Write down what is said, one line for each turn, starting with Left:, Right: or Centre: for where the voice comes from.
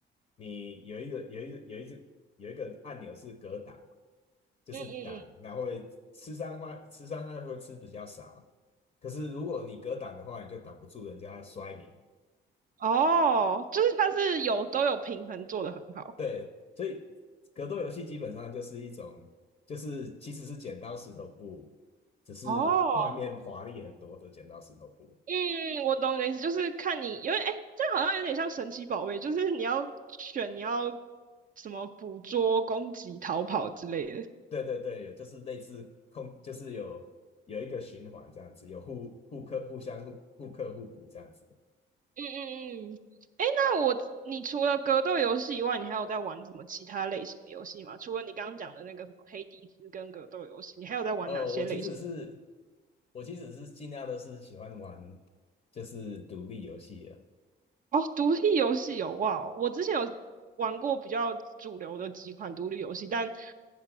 Left: 你有一个有一个有一只有一个按钮是格挡，就是挡，
Right: 嗯嗯嗯，
Left: 然后会吃伤害吃伤害会吃比较少。可是如果你格挡的话，你就挡不住人家摔你。
Right: 哦，就是它是有都有平衡做得很好。
Left: 对，所以格斗游戏基本上就是一种，就是其实是剪刀石头布，只是画面华丽很多的剪刀石头布。
Right: 哦，嗯，我懂你的意思，就是看你因为哎，这样好像有点像神奇宝贝，就是你要选你要什么捕捉、攻击、逃跑之类的。嗯
Left: 对对对，有就是类似空，就是有有一个循环这样子，有互互克、互相互互克互补这样子。
Right: 嗯嗯。哎，那我，你除了格斗游戏以外，你还有在玩什么其他类型的游戏吗？除了你刚刚讲的那个什么黑帝斯跟格斗游戏，你还有在玩哪些类型？
Left: 哦，我其实是我其实是尽量都是喜欢玩就是独立游戏啊，
Right: 哦，独立游戏有哇哦我之前有玩过比较主流的几款独立游戏，但